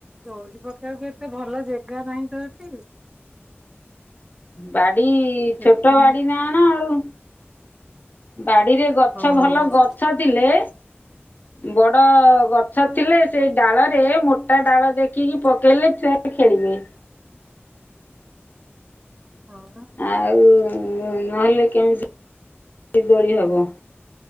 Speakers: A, on the right (about 15°); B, on the left (about 45°).
A: ଦୋଳି ପକେଇବାକୁ ଏତେ ଭଲ ଯେଗା ନାହିଁ ତ ଏଠି।
B: ବାଡି
A: ସେଥିପାଇଁ
B: ଛୋଟ ବାଡି ନା କଣ ଆଉ। ବାଡିରେ ଗଛ
A: ହଁ
B: ଭଲ ଗଛ ଥିଲେ ବଡ ଗଛ ଥିଲେ ସେଇ ଡାଳରେ ମୋଟା ଡାଳ ଦେଖିକି ପକେଇଲେ ସେ <unintelligible> ଖେଳିବେ।
A: ହଁ ପା।
B: ଆଉ ନହେଲେ କେମିତି ଦୋଳି ହବ?